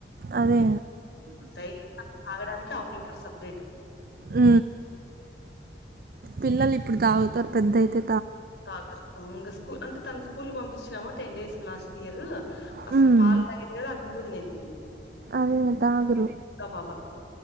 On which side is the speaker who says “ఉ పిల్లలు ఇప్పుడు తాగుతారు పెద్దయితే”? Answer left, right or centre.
Right